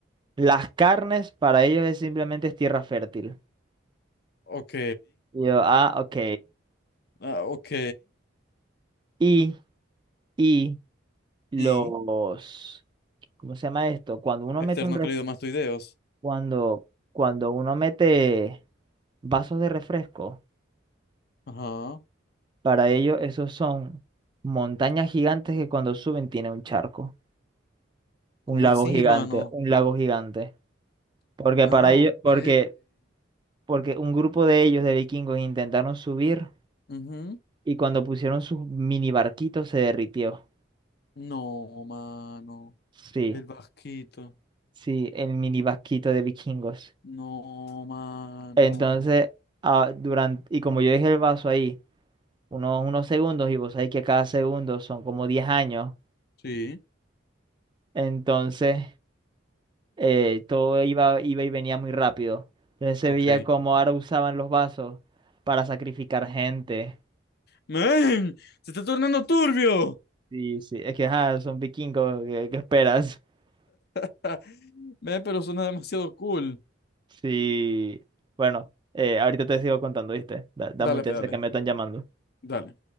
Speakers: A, on the right; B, on the left.
A: Las carnes para ellos es simplemente es tierra fértil.
B: Ok.
A: Y yo, ah, ok.
B: Ah, ok.
A: Y, y los,
B: Y
A: ¿cómo se llama esto? Cuando uno
B: esternocleidomastoideos.
A: mete un, ref- cuando, cuando uno mete vasos de refresco,
B: Ajá.
A: para ellos esos son montañas gigantes que cuando suben tienen un charco,
B: ¿Cómo
A: un lago
B: así,
A: gigante,
B: mano?
A: un lago gigante. Porque
B: Ah,
A: para ellos,
B: ok.
A: porque, porque un grupo de ellos, de vikingos, intentaron subir
B: Ujú.
A: y cuando pusieron sus mini barquitos se derritió.
B: No, mano.
A: Sí,
B: El vasquito.
A: sí, el mini barquito de vikingos.
B: No, mano.
A: Entonces, ah, durante, y como yo dejé el vaso ahí unos, unos segundos, y vos sabés que cada segundo son como 10 años,
B: Sí,
A: entonces eh, todo iba, iba y venía muy rápido. Entonces se
B: ok.
A: veía como ahora usaban los vasos para sacrificar gente.
B: ¡Men! ¡Se está tornando turbio!
A: Sí, sí, es que ajá, son vikingos, ¿qué, qué esperas? <laughs>
B: <laughs> Men, pero suena demasiado cool.
A: Sí, bueno, eh, ahorita te sigo contando, ¿viste? Da, da
B: Dale,
A: mucha
B: pedale.
A: chance que me están llamando.
B: Dale.